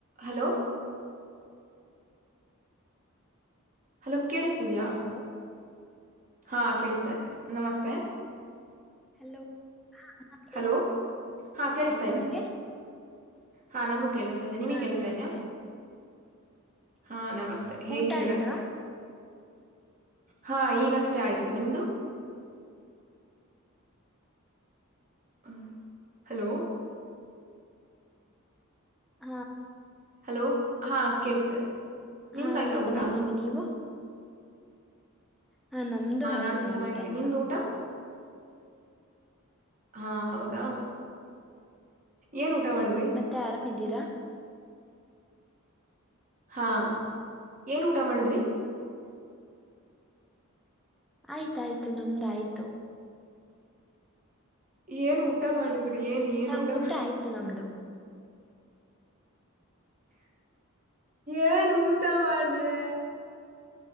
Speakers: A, on the right; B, in the centre.
A: hello hello ಕೇಳಿಸ್ತಿದ್ಯಾ
B: hello
A: ಹಾ ಕೇಳಿಸ್ತಾ ಇದ್ದತೆ ನಮಸ್ತೆ
B: ಹಲೋ ಕೇಳಿಸ್ತಿದೆ
A: ಹಲೋ ಹಾ ಕೇಳಿಸ್ತಾ
B: ನಿಮಗೆ
A: ಇದೆ ಹಾ ನಂಗೂ ಕೇಳಿಸ್ತಾ ಇದ್ದೆ ನಿಮಗೆ
B: ಹಾ
A: ಕೇಳಿಸತಾ
B: ನಮಸ್ತೆ
A: ಇದಯ ಹಾ ನಮಸ್ತೆ ಹೇಗಿದ್ದೀರಾ
B: ಊಟ ಆಯ್ತಾ
A: ಹಾ ಈಗಷ್ಟೇ ಆಯ್ತು ನಿಮ್ದು ಹ್ಮ ಹಲೋ
B: ಹಾ
A: ಹಲೋ ಹಾ ಕೇಳಿಸ್ತಾ ಇದೆ ನಿಮ್ದಾಯ್ತಾ
B: ಹಾ ಚೆನ್ನಿದ್ದೀವಿ
A: ಊಟ
B: ನೀವು ಹಾ ನಮ್ದು ಆಯ್ತು
A: ನಾನು ಚೆನ್ನಾಗಿದ್ದೀನಿ
B: ಊಟ ಎಲ್ಲಾ
A: ನಿಮ್ದು ಊಟ ಹಾ ಹೌದಾ ಏನ್ ಊಟ ಮಾಡಿದ್ರಿ
B: ಮತ್ತೆ ಆರಾಮ ಇದ್ದೀರಾ
A: ಹಾ ಏನ್ ಊಟ ಮಾಡಿದ್ರಿ
B: ಆಯ್ತಾಯ್ತು ನಮ್ದ ಆಯ್ತು
A: ಏನ್ ಊಟ ಮಾಡುದ್ರಿ ಏನ್ ಏನ್
B: ಆ
A: ಊಟ ಮಾಡುದ್ರಿ
B: ಆಯ್ತು ನಮ್ದು
A: ಏನ್ ಊಟ ಮಾಡ್ದಯ